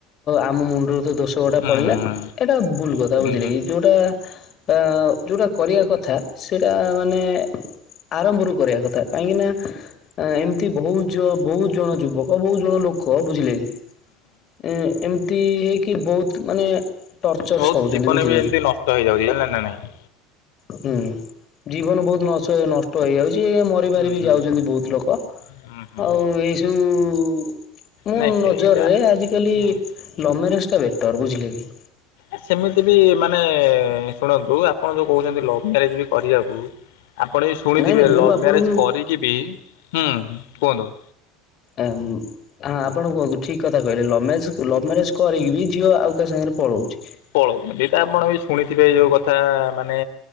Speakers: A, on the left (about 40°); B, on the left (about 80°).
A: ଆମ ମୁଣ୍ଡରୁ ତ ଦୋଷ୍ ସେଉଟା
B: ହୁଁ।
A: ପଳିଲା ଏଇଟା ଭୁଲ କଥା
B: ହୁଁ
A: ବୁଝିଲେ
B: ହୁଁ
A: କି ଯେଉଁଟା ଆ ଯଉଟା କରିବା କଥା। ସେଇଟା ମାନେ ଆରମ୍ଭରୁ କରିବା କଥା କାହିଁକି ନା ଆ ଏମ୍ତି ବହୁତ୍ ଜ ବହୁତ୍ ଜଣ ଯୁବକ ବହୁତ ଜଣ ଲୋକ ବୁଝିଲେ କି? ଏଁ ଏମ୍ତି ହେଇକି ବହୁତ୍ ମାନେ ଟର୍ଚର୍
B: ବହୁତ
A: ସହୁଚନ୍ତି
B: ଜୀବନ
A: ବୁଝିଲେ
B: ବି
A: କି?
B: <unintelligible> ନାଇଁ।
A: ହୁଁ ଜୀବନ ବହୁତ୍ ନଷ ନଷ୍ଟ ହେଇଯାଉଛି। ମରି ମାରି
B: ହୁଁ
A: ବି
B: ହୁଁ
A: ଯାଉ ଚନ୍ତି ବହୁତ୍ ଲୋକ।
B: ହୁଁ ହୁଁ
A: ଆଉ ଏସବୁ ମୁଁ
B: ନାଇଁ
A: ନଜରରେ
B: ସେଇଟା
A: ଆଜିକାଲି
B: ହୁଁ
A: ଲଭ୍ ମ୍ୟାନେଜଟା ବେଟର ବୁଝିଲେ କି?
B: ଆ ସେମିତି ବି ମାନେ ଶୁଣନ୍ତୁ ଆପଣ ଯୋଉ କହୁଚନ୍ତି ଲଭ ମ୍ୟାରେଜ୍ ବି କରିବାକୁ ଆପଣ ବି ଶୁଣିଥିବେ
A: ନାଇଁ ନାଇଁ
B: ଲଭ୍
A: ମୁଁ ଆପଣଙ୍କୁ
B: ମ୍ୟାରେଜ କରିକି ବି, ହୁଁ କୁହନ୍ତୁ।
A: ଅମ୍ ଆ ଆପଣ କୁହନ୍ତୁ ଠିକ୍ କଥା କହିଲେ। ଲଭ୍ ମ୍ୟାରେଜ୍ ଲଭ୍ ମ୍ୟାରେଜ୍ କରିକି ବି ଝିଅ ଆଉ କାହା ସାଙ୍ଗରେ ପଳଉଚି।
B: ପଳଉଛନ୍ତି। ତ ଆପଣ ବି ଶୁଣିଥିବେ ଯୋଉ କଥା ମାନେ